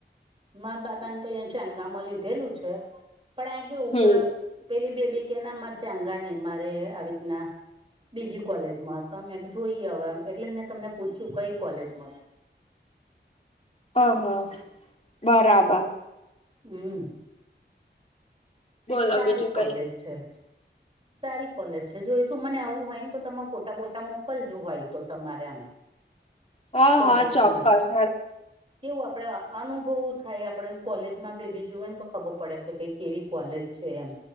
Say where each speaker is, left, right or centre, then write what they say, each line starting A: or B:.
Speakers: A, on the right; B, on the left.
A: માં બાબાને તો અહંયા ચંગામાં લીધેલું છે. પણ આ કેવું
B: હ
A: કે પેલી બેબી કે ના મારે ચાંગા નઈ મારે આવી રીતના બીજી કોલેજમાં તમે જોઈ એટલે જ તમને પૂછ્યું કઈ કોલેજમાં?
B: <inaudible> બરાબર.
A: હમ્મ,
B: બોલો
A: સારી
B: બીજું
A: કોલેજ
B: કઈ.
A: છે. સારી કોલેજ છે જોઈ શું મને આવવું હોય ને તો તમે ફોટા બોટા મોકલજો હોય તો તમારે આમ.
B: હ
A: કોલેજ
B: હા ચોક્કસ.
A: ના કેવું આપડે અનુભવ થાય આપણે કોલેજમાં બેબીજુએ ને તો ખબર પડે કે ભાઈ કેવી કોલેજ છે એમ.